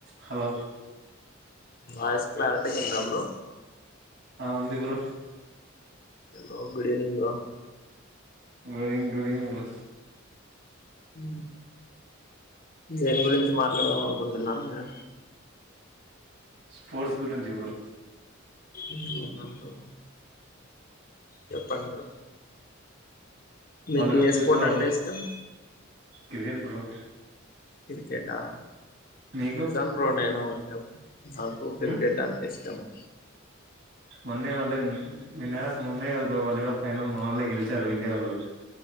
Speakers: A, on the right (about 60°); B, on the left (about 45°).
A: Hello
B: voice clarity ఉందా bro
A: ఆ ఉంది bro
B: hello good evening bro వ
A: డూయింగ్ డూయింగ్ బ్రో
B: మ్మ్ దేని గురించి మాట్లాడదాం అనుకుంటున్నారు మీరు
A: స్పోర్ట్స్ గురించి బ్రో
B: ఇ అవునా బ్రో చెప్పను బ్రో మీకు
A: వరల్డ్ కప్
B: ఏస్పోర్ట్
A: చూసినావా బ్రో
B: అంటే ఇష్టం
A: క్రికెట్ బ్రో
B: క్రికెట్ ఆ
A: నీకు
B: చూసాను బ్రో నేను <inaudible> నాకు క్రికెట్
A: ఉమ్
B: అంతే ఇష్టం <inaudible>
A: మొన్నే వాళ్ళ నిన్నగాక మొన్నే కాదు బ్రో వరల్డ్ కప్ ఫైనల్ మొనల్లే గెలిచారు ఇండియా వాళ్ళు